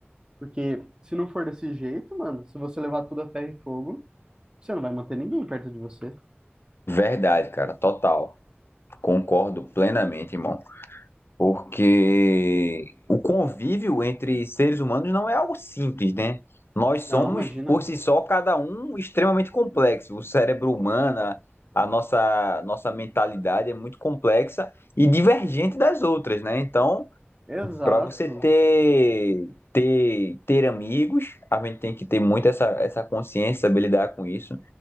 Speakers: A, on the right; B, on the left.
A: Porque se não for desse jeito, mano, se você levar tudo a ferro e fogo, você não vai manter ninguém perto de você.
B: Verdade, cara, total. Concordo plenamente, irmão. Porque o convívio entre seres humanos não é algo simples, né? Nós somos,
A: Não, imagina.
B: por si só, cada um extremamente complexo. O cérebro humano, a a nossa, nossa mentalidade é muito complexa e divergente das outras, né? Então,
A: Exato.
B: para você ter, ter, ter amigos, a gente tem que ter muito essa, essa consciência, saber lidar com isso.